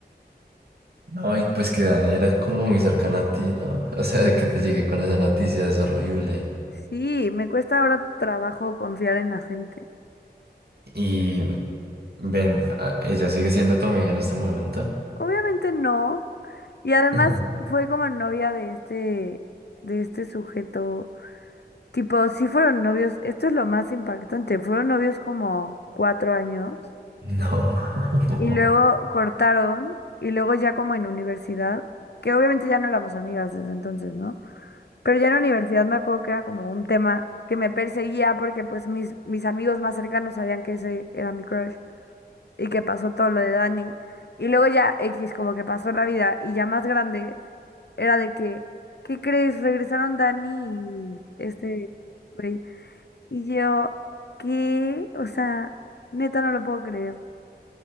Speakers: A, on the right; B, on the left.
A: No, y pues que Dani era como muy cercana a ti, ¿no? <laughs> O sea, de que te llegué con esa noticia es horrible.
B: Sí, me cuesta ahora trabajo confiar en la gente.
A: Y ven, a- ¿ella sigue siendo tu amiga en este momento?
B: Obviamente no. Y además
A: <laughs>
B: fue como novia de este, de este sujeto. Tipo, sí fueron novios, esto es lo más impactante, fueron novios como cuatro años
A: No, <laughs>
B: y luego cortaron y luego ya como en universidad, que obviamente ya no éramos amigas desde entonces, ¿no? Pero ya en universidad me acuerdo que era como un tema que me perseguía porque pues mis, mis amigos más cercanos sabían que ese era mi crush y que pasó todo lo de Dani. Y luego ya X, como que pasó la vida y ya más grande, era de que, ¿qué crees? Regresaron Dani y este güey. Y yo, ¿qué? O sea, neta no lo puedo creer.